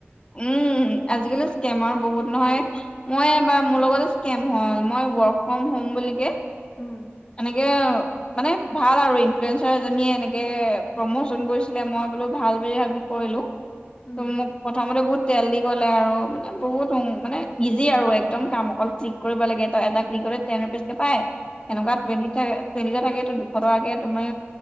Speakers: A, on the left (about 25°); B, on the left (about 55°).
A: উম আজিকালি স্কেমৰ বহুত নহয় মই এবাৰ মোৰ লগতে স্কেম হ'ল মই ৱৰ্ক ফ্ৰম হোম বুলি কে
B: উম
A: <unintelligible> মানে ভাল আৰু ইনফ্লুৱেঞ্চাৰ এজনীয়ে এনেকে, প্ৰমোচন কৰিছিলে মই বোলো ভাল বুলি ভাবি কৰিলো।
B: উম
A: ত মোক প্ৰথমতে বহুত তেল দি ক'লে আৰু, মানে বহুত মানে ইজি আৰু একদম কাম অকল ক্লিক কৰিব লাগে, তই এটা ক্লিকলে টেন ৰুপিজ কে পাই। হেনেকুৱা
B: উম
A: <inaudible> থাকে। টুৱেন্টিটা থাকো টো দুশ টকাকে তুমাৰ